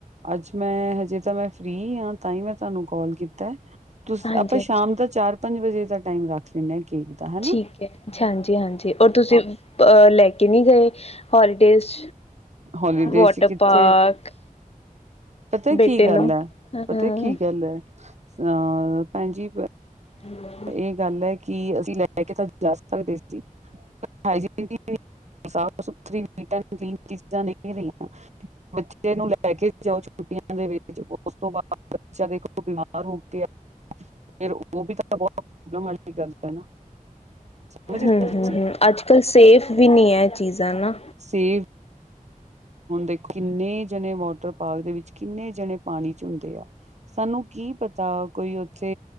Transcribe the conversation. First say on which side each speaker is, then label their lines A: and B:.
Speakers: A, on the right; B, on the left.
A: ਅੱਜ ਮੈਂ ਹਜੇ ਤਾਂ ਮੈਂ ਫ੍ਰੀ ਹਾਂ ਤਾਂ ਹੀ ਮੈਂ ਤੁਹਾਨੂੰ ਕਾਲ ਕੀਤਾ ਐ। ਤੁ
B: ਹਾਂਜੀ
A: ਆਪਾਂ ਸ਼ਾਮ
B: ਹਾਂਜੀ
A: ਦਾ ਚਾਰ- ਪੰਜ ਵਜੇ ਦਾ ਟਾਈਮ ਰੱਖ ਲੈਂਦੇੇ ਹਾਂ ਕੇਕ ਦਾ ਹਨਾ।
B: ਠੀਕ ਹੈ ਹਾਂਜੀ- ਹਾਂਜੀ ਔਰ ਤੁਸੀਂ ਅ ਲੈ ਕੇ ਨਹੀਂ ਗਏ ਹੋਲੀਡੇਜ਼।
A: ਹੋਲੀਡੇਜ
B: ਵਾਟਰ
A: ਚ ਕਿੱਥੇ?
B: ਪਾਰਕ
A: ਪਤਾ
B: ਬੇਟੇ
A: ਕੀ ਗੱਲ
B: ਨੂੰ
A: ਹੈ-
B: ਹਾਂ
A: ਪਤਾ
B: ਹਮ
A: ਕੀ ਗੱਲ ਹੈ ਅਹ ਭੈਣਜੀ
B: ਹੂੰ
A: ਕੀ ਗੱਲ ਹੈ ਕਿ ਅਸੀਂ ਲੈ ਕੇ ਤਾਂ ਦੇ ਸੀ <unintelligible> ਸਾਫ਼ ਸੁਥਰੀ ਕਲੀਨ ਚੀਜਾਂ ਨਹੀਂ ਰਹੀਆਂ ਬੱਚੇ ਨੂੰ ਲੈ ਕੇ ਜਾ ਛੁੱਟੀਆਂ ਦੇ ਵਿੱਚ ਉਸ ਤੋਂ ਬਾਅਦ ਬੱਚਾ ਦੇਖੋ ਬਿਮਾਰ ਹੋ ਕੇ ਫੇਰ ਉਹ ਵੀ ਤਾਂ ਬਹੁਤ ਪ੍ਰੋਬਲਮ ਵਾਲੀ ਗੱਲ ਹੈ ਨਾ ਸਮਝ
B: ਹੂੰ-ਹੂੰ,
A: ਰਹੇ ਹੋ ਤੁਸੀਂ
B: ਹੂੰ ਅੱਜ ਕੱਲ ਸੇਫ ਵੀ ਨਹੀਂ ਹੈ। ਚੀਜ਼ਾਂ ਨਾ।
A: ਸੇਵ ਹੁਣ ਦੇਖੋ ਕਿੰਨੇ ਜਣੇ ਵਾਟਰ ਪਾਰਕ ਦੇ ਵਿੱਚ ਕਿੰਨੇ ਜਣੇ ਪਾਣੀ ਚ ਹੁੰਦੇ ਆ। ਸਾਨੂੰ ਕੀ ਪਤਾ ਕੋਈ ਉੱਥੇ